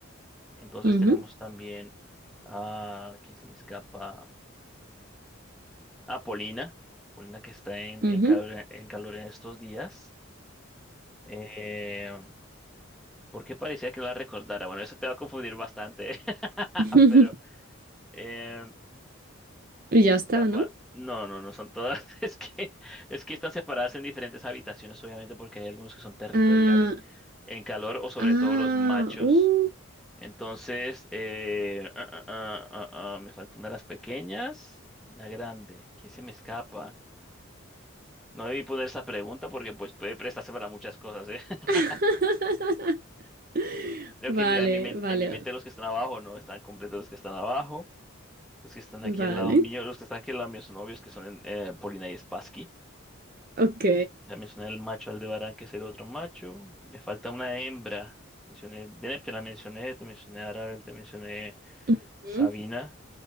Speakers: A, in the centre; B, on the right.
A: Entonces
B: ujú,
A: tenemos también a, ¿quién se me escapa? A Polina. Polina que está en,
B: ujú,
A: en calor, en calor en estos días. Eh, ¿por qué parecía que no la recordara? Bueno, eso te va a confundir bastante, <laughs>
B: ujú.
A: pero...
B: <laughs>
A: Eh, ¿quién
B: Y
A: se
B: ya
A: me
B: está,
A: escapa?
B: ¿no?
A: No, no, no son todas. <laughs> Es que, es que están separadas en diferentes habitaciones, obviamente, porque hay algunos que son territoriales
B: Ah,
A: en calor o sobre
B: ah,
A: todo los machos.
B: uh.
A: Entonces, eh, ah, ah, ah, ah, ah, me falta una de las pequeñas, una grande. ¿Quién se me escapa? No debí poner esa pregunta porque pues puede prestarse para muchas cosas, ¿eh? <laughs>
B: <laughs>
A: Tengo
B: Vale,
A: que mirar en mi mente,
B: vale,
A: en mi mente los que están abajo, ¿no? Están completos los que están abajo. Los que están aquí
B: vale.
A: al lado mío, los que están aquí al lado mío son obvios que son en, eh, Polina y Spassky.
B: Ok.
A: Ya mencioné el macho Aldebarán, que es el otro macho. Me falta una hembra. Mencioné Deneb, te la mencioné, te mencioné Arabel, te mencioné
B: Ujú,
A: Sabina,